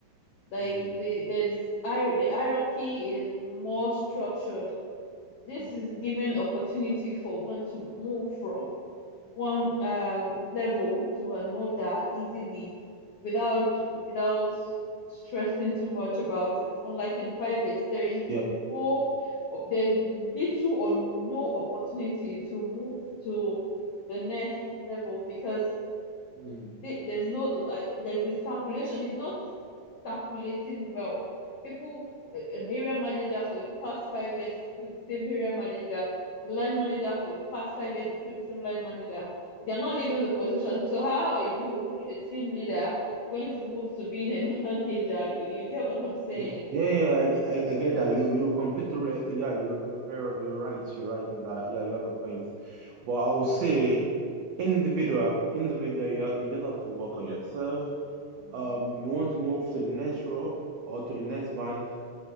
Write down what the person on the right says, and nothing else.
Mm,
mm,
Yeah.
mm.
Mm. Yeah, yeah, I, I, I get that. You you completely re- yeah, you you're very you're right. You're right in that. Yeah, you have a point. But I would say individual individual you, you just have to work on yourself.
Um, you want to move to the next row or to the next band,